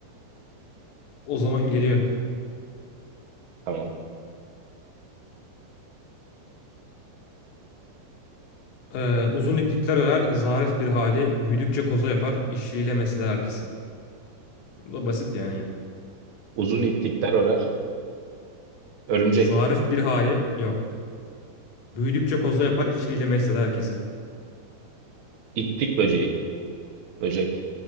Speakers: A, on the left; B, on the right.
A: O zaman geliyor.
B: Tamam.
A: Ee, uzun iplikler örer, zarif bir hali, büyüdükçe koza yapar, işçiliğiyle mesler herkesi. Bu da basit yani yine.
B: Uzun iplikler örer. Örümcek.
A: Zarif bir hali yok. Büyüdükçe koza yapar, işçiliğiyle mesler herkesi.
B: İplik böceği. Böcek.